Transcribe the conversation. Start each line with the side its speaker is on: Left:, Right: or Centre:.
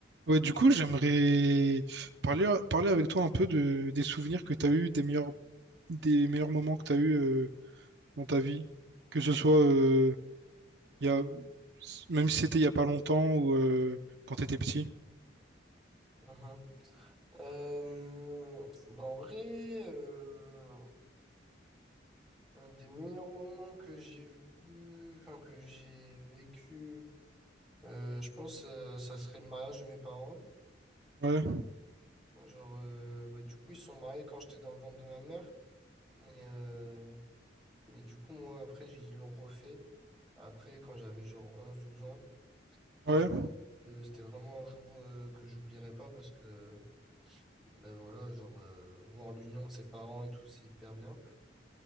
Right: Ouais, du coup, j'aimerais parler, parler avec toi un peu de, des souvenirs que tu as eu, des meilleurs, des meilleurs moments que tu as eu euh, dans ta vie. Que ce soit euh, il y a, même si c'était il y a pas longtemps ou euh, quand tu étais petit.
Centre: Mhm. Euh, bah, en vrai, euh, un des meilleurs moments que j'ai vu, enfin que j'ai vécu, euh, je pense, euh, ça serait le mariage de mes parents.
Right: Ouais,
Centre: Genre, euh, bah, du coup, ils se sont mariés quand j'étais dans le ventre de ma mère, mais, euh, mais du coup, moi, après, j'ai- ils l'ont refait, après, quand j'avais genre onze douze ans.
Right: ouais.
Centre: Et du coup, euh, c'était vraiment un jour euh, que j'oublierai pas parce que, ben voilà, genre, euh, voir l'union de ses parents et tout, c'est hyper bien.